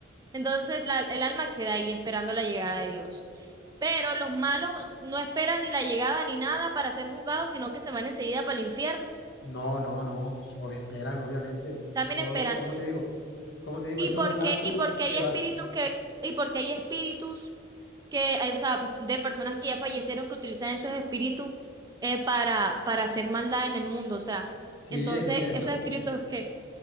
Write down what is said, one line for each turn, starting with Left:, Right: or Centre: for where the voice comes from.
Right: Entonces la- el alma queda ahí esperando la llegada de Dios. Pero los malos no esperan ni la llegada ni nada para ser juzgados, sino que se van enseguida para el infierno.
Left: No, no, no, os esperan, obviamente.
Right: También
Left: Todos,
Right: esperan.
Left: como te digo? Como te digo?
Right: ¿Y
Left: Eso
Right: por
Left: es un
Right: qué?
Left: lapsus
Right: ¿Y porque hay
Left: que
Right: espíritus
Left: vas.
Right: que, y porque hay espíritus que, hay, o sea, de personas que ya fallecieron que utilizan esos espíritus eh, para, para hacer maldad en el mundo? O sea,
Left: Sí,
Right: entonces,
Left: es que ya eso,
Right: ¿esos espíritus qué?